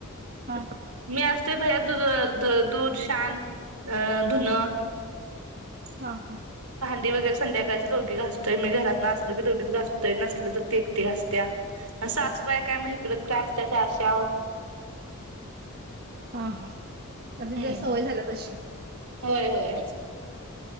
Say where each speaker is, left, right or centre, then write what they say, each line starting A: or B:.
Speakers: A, on the right; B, on the right.
A: हा
B: मी असतोय भायर दू दू दूध, शान अ धुन
A: हा हा
B: भांडी वगैरे संध्याकाळचे दोघी घासतोय मी घरातन असलो की दोघीच घासतोय नसल तर ती ती घासत्या म सासूबाई काय म इकडं तिकड असत्या त्या अशा
A: हा ह तर तिथ
B: हम्म
A: सवय झाल्या तशी
B: होय होय.